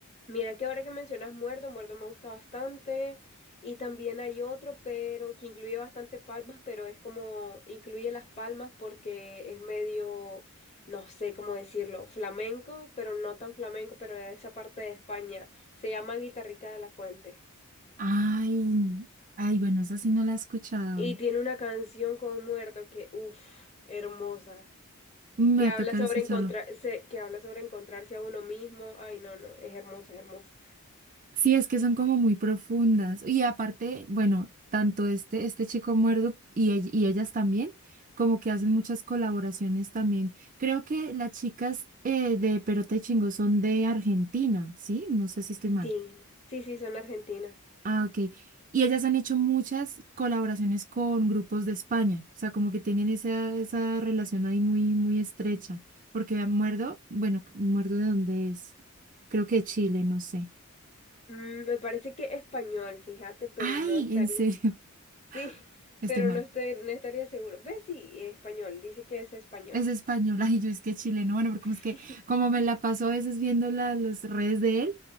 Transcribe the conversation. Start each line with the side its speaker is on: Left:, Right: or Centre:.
Left: mira que ahora que mencionas Muerto, Muerto me gusta bastante. Y también hay otro, pero que incluye bastante palmas, pero es como incluye las palmas porque es medio, no sé cómo decirlo, flamenco, pero no tan flamenco, pero de esa parte de España. Se llama Guitarrica de la Fuente.
Right: Ay, ay, bueno, esa sí no la he escuchado.
Left: Y tiene una canción con Muerto que, uff, hermosa.
Right: Me
Left: Que
Right: va
Left: habla
Right: a tocar
Left: sobre
Right: escucharlo.
Left: encontrar, se- que habla sobre encontrarse a uno mismo. Ay, no, no, es hermosa, es hermosa.
Right: Sí, es que son como muy profundas. Y aparte, bueno, tanto este, este chico muerto y, ell- y ellas también, como que hacen muchas colaboraciones también. Creo que las chicas eh, de Perota y Chingó son de Argentina, ¿sí? No sé si estoy mal.
Left: Sí, sí, sí, son argentinas.
Right: Ah, ok. Y ellas han hecho muchas colaboraciones con grupos de España. O sea, como que tienen esa, esa relación ahí muy, muy estrecha. Porque Muerdo, bueno, ¿Muerdo de dónde es? Creo que de Chile, no sé.
Left: Mm, me parece que español, fíjate, pero
Right: Ay,
Left: no estaría.
Right: en serio,
Left: <laughs> Sí,
Right: <laughs> estoy
Left: pero
Right: mal.
Left: no estoy, no estaría seguro. ¿Ves? Sí, español, dice que es español.
Right: Es española y yo es que chileno, bueno, porque
Left: <laughs>
Right: es que como me la paso a veces viendo la- las redes de él,